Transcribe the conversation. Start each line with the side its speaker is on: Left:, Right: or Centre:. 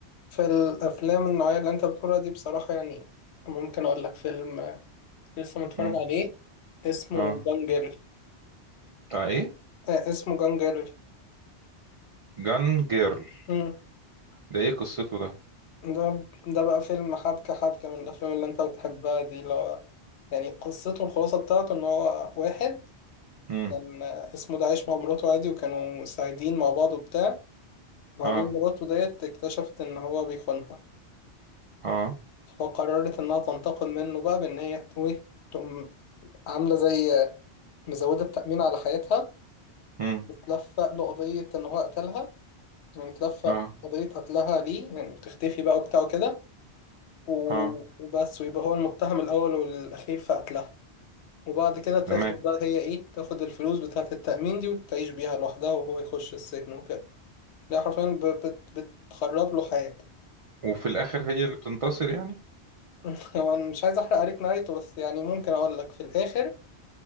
Left: في الافلام النوعية اللي انت بتقولها دي بصراحة يعني ممكن اقول لك فيلم آه، لسه متفرج
Right: مم.
Left: عليه اسمه
Right: اه
Left: جانجل
Right: بتاع إيه
Left: آه اسمه جانجل
Right: جان جيرل
Left: مم.
Right: ده إيه قصته ده
Left: ده ده بقى فيلم حبكة حبكة من الأفلام اللي أنت بتحبها دي اللي هو يعني قصته الخلاصة بتاعته إن هو واحد
Right: مم.
Left: كان اسمه ده عايش مع مراته عادي وكانوا سعيدين مع بعض وبتاع وبعدين
Right: اه
Left: مراته ديت اكتشفت إن هو بيخونها
Right: اه
Left: فقررت إنها تنتقم منه بقى بإن هي ت- إيه تقوم عاملة زي مزودة التأمين على حياتها
Right: مم.
Left: وتلفق له قضية إن هو قتلها يعني تلفق
Right: اه
Left: قضية قتلها ليه يعني بتختفي بقى وبتاع وكده و-
Right: اه
Left: وبس ويبقى هو المتهم الأول والأخير في قتلها وبعد كده تاخد
Right: تمام
Left: بقى هي إيه تاخد الفلوس بتاعة التأمين دي وتعيش بيها لوحدها وهو يخش السجن وكده ده حرفيا ب- بت- بتخرب له حياته
Right: وفي الاخر هي اللي بتنتصر يعني
Left: <laughs> هو أنا مش عايز أحرق عليك نهايته بس يعني ممكن أقول لك في الآخر